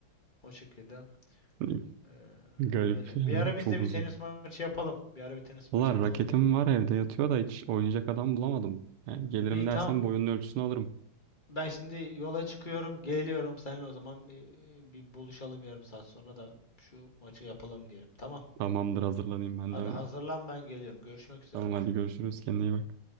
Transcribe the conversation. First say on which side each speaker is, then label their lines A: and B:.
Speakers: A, on the left; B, on the right.
A: o şekilde.
B: Hani
A: Ee,
B: Garip
A: öyle.
B: yani
A: Bir ara biz
B: çok
A: de
B: uzun.
A: bir tenis maçı yapalım. Bir ara bir tenis
B: Valla
A: maçı yapalım
B: raketim
A: diyelim.
B: var evde yatıyor da hiç oynayacak adam bulamadım. Yani gelirim
A: İyi tamam.
B: dersen boyunun ölçüsünü alırım.
A: Ben şimdi yola çıkıyorum, geliyorum. Seninle o zaman ee, bir buluşalım yarım saat sonra da şu maçı yapalım diyelim. Tamam.
B: Tamamdır hazırlanayım ben
A: Hadi
B: de hemen.
A: hazırlan ben geliyorum. Görüşmek üzere.
B: Tamam hadi görüşürüz kendine iyi bak.